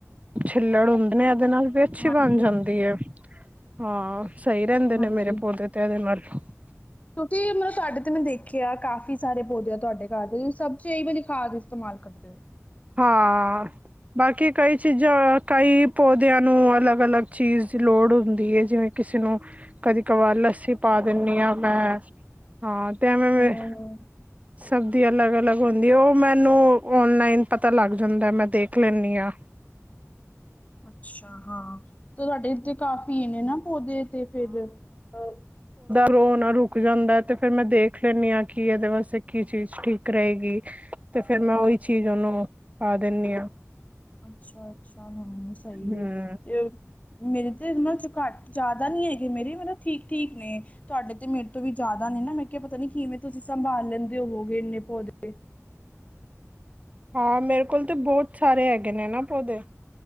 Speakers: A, on the right; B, on the left.
A: ਛਿੱਲੜ ਹੁੰਦੇ ਨੇ ਆ ਦੇ ਨਾਲ ਵੀ ਅੱਛੀ
B: ਹਾਂਜੀ
A: ਬਣ ਜਾਂਦੀ
B: ਹਾਂਜੀ
A: ਏ। ਹਾਂ। ਸਹੀ ਰਹਿੰਦੇ ਨੇ
B: ਹਾਂਜੀ
A: ਮੇਰੇ ਪੌਦੇ ਤੇ ਇਹਦੇ ਨਾਲ। ਹ <inaudible>
B: ਤੁਸੀਂ ਮਤਲਬ ਤੁਹਾਡੇ ਤੇ ਮੈਂ ਦੇਖਿਆ ਕਾਫੀ ਸਾਰੇ ਪੋਦੇ ਆ ਤੁਹਾਡੇ ਘਰ ਦੇ ਸਭ। ਚੇ ਵਾਲੀ ਖਾਦ ਇਸਤੇਮਾਲ ਕਰਦੇ ਹੋ?
A: ਹਾਂ ਬਾਕੀ ਕਈ ਚੀਜ਼ਾਂ ਕਈ ਪੌਦਿਆਂ ਨੂੰ ਅਲੱਗ ਅਲੱਗ ਚੀਜ਼ ਦੀ ਲੋੜ ਹੁੰਦੀ ਹੈ, ਜਿਵੇਂ ਕਿਸੇ ਨੂੰ ਕਦੀ ਕਬਾਰ ਲੱਸੀ ਪਾ ਦਿੰਨੀ ਹਾਂ ਮੈਂ ਹਾਂ ਤੇ ਐਵੇਂ ਐਵੇਂ
B: ਹੂੰ, ਹੂੰ।
A: ਸਬ ਦੀ ਅਲੱਗ ਅਲੱਗ ਹੁੰਦੀ ਏ ਉਹ ਮੈਨੂੰ ਔਨਲਾਈਨ ਪਤਾ ਲੱਗ ਜਾਂਦਾ ਮੈਂ ਦੇਖ ਲੈਂਨੀ ਆ।
B: ਅੱਛਾ ਹਾਂ। ਤਾਂ ਤੁਹਾਡੇ ਇੱਥੇ ਕਾਫੀ ਨੇ ਨਾ ਪੌਦੇ ਤੇ ਫੇਰ ਅਹ
A: ਰੋ ਨਾ ਰੁਕ ਜਾਂਦਾ ਤੇ ਫਿਰ ਮੈਂ ਦੇਖ ਲੈਂਨੀ ਹਾਂ ਕਿ ਇਹਦੇ ਵਾਸਤੇ ਕੀ ਚੀਜ਼ ਠੀਕ ਰਹੇਗੀ ਤੇ ਫੇਰ ਮੈਂ ਉਓਹੀ ਚੀਜ਼ ਉਹਨੂੰ ਪਾ ਦਿਨੀਂ ਆ।
B: ਅੱਛਾ ਅੱਛਾ ਹਾਂ ਸਹੀ
A: ਹਮ
B: ਏ ਤੇ ਮੇਰੇ ਤੇ ਇਹਨਾਂ ਚ ਘੱਟ ਜ਼ਿਆਦਾ ਨੀ ਹੈਗੇ ਮੇਰੇ ਮਤਲਬ ਠੀਕ ਠੀਕ ਨੇ ਤੁਹਾਡੇ ਤੇ ਮੇਰੇ ਤੋਂ ਵੀ ਜ਼ਿਆਦਾ ਨੇ ਨਾ ਮੈਂ ਕਿਹਾ ਪਤਾ ਨੀ ਕਿਵੇਂ ਤੁਸੀਂ ਸੰਭਾਲ ਲੈਂਦੇ ਹੋਵੋਗੇ ਇੰਨੇ ਪੌਦੇ?
A: ਹਾਂ ਮੇਰੇ ਕੋਲ ਤਾਂ ਬਹੁਤ ਸਾਰੇ ਹੈਗੇ ਨੇ ਨਾ ਪੌਦੇ।